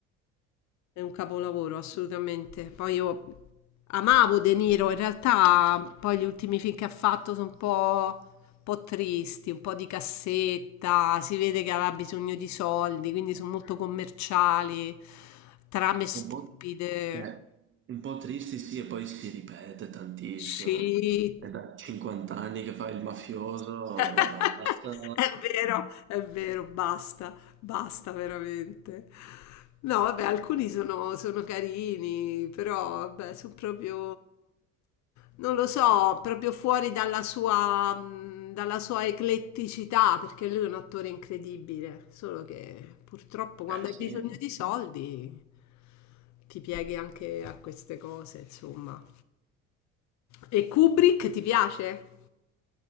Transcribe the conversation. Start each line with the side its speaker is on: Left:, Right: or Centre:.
Left: È un capolavoro, assolutamente. Poi io amavo De Niro, in realtà poi gli ultimi film che ha fatto sono un po', un po' tristi, un po' di cassetta, si vede che aveva bisogno di soldi, quindi sono molto commerciali, trame stupide.
Right: Un po', eh, un po' tristi sì, e poi si ripete tantissimo.
Left: Sì,
Right: È da 50 anni che fa il mafioso,
Left: <laughs>
Right: ma basta.
Left: È vero, è vero, basta, basta veramente. No, vabbè, alcuni sono, sono carini, però vabbè, sono proprio, non lo so, proprio fuori dalla sua, mh, dalla sua ecletticità, perché lui è un attore incredibile, solo che purtroppo quando
Right: Eh sì.
Left: hai bisogno di soldi ti pieghi anche a queste cose, insomma. E Kubrick ti piace?